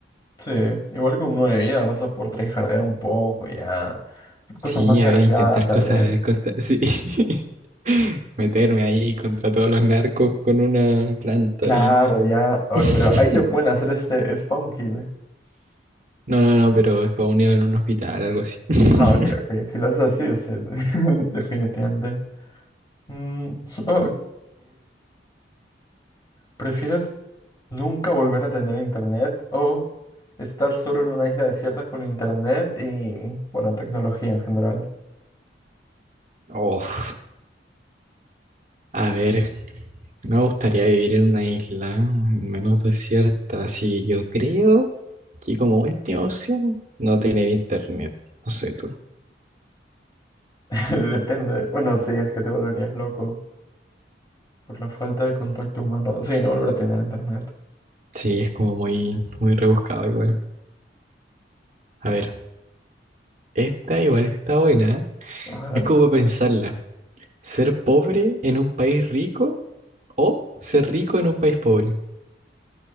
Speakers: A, on the left (about 20°); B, on the right (about 40°).
A: Sí, igual que un 9 de vida, vas a poder tryhardear un poco, ya. Cosas
B: Sí,
A: más
B: a
A: arriesgadas,
B: ver, intentar
A: tal
B: cosas
A: vez.
B: contra- sí. <laughs> Meterme ahí contra todos los narcos con una planta
A: Claro,
B: y nomás.
A: ya. Oye,
B: <laughs>
A: pero ahí te pueden hacer este spawn kill. ¿eh?
B: No, no, no, pero es para unido en un hospital, algo así. <laughs>
A: Ah, ok, ok. Si lo haces así, es <laughs> definitivamente. Mm, ok. ¿Prefieres nunca volver a tener internet o estar solo en una isla desierta con internet y, bueno, tecnología en general?
B: Oh, a ver, me gustaría vivir en una isla menos desierta, así que yo creo que como última opción no tener internet, no sé tú.
A: <laughs> Depende. Bueno, sí, es que te volverías loco por la falta de contacto humano. Sí, no volver a tener internet.
B: Sí, es como muy, muy rebuscado igual. A ver, esta igual está buena, ¿eh?
A: A ver,
B: es como para pensarla. ¿Ser pobre en un país rico o ser rico en un país pobre?